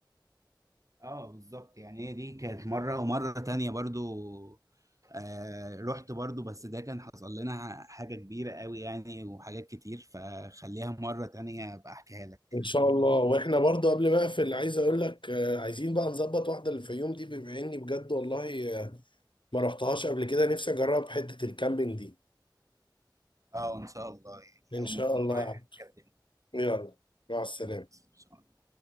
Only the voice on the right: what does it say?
اه بالظبط يعني هي دي كانت مرة ومرة تانية برضو آه رحت برضو بس ده كان حصل لنا حاجة كبيرة قوي يعني وحاجات كتير فخليها مرة تانية ابقى احكيها لك
اه ان شاء الله يعني
اول
ما تكون
رايح
كلمني
إن شاء الله.